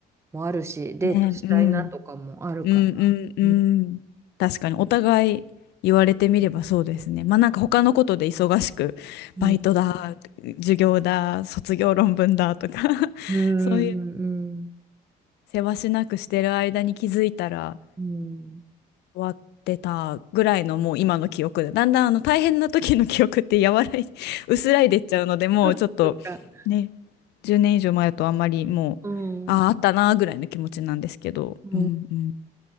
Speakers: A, on the right; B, on the left.
A: もあるしデートしたいなとかもあるからうん
B: ね、うん。うんうんうん。確かにお互い言われてみればそうですね。まあなんか他のことで忙しく、
A: うん
B: バイトだ、授業だ、卒業論文だとか <laughs>
A: うん
B: そういうせわしなくしてる間に気づいたら
A: うん
B: 終わってたぐらいのもう今の記憶で、だんだんあの大変な時の記憶って柔らい、薄らいでっちゃうので、もうちょっとね、
A: そっか
B: 10年以上前だとあんまりもう、
A: うんう
B: ああ、あったなーぐらいの気持ちなんですけど。
A: ん
B: うんうん。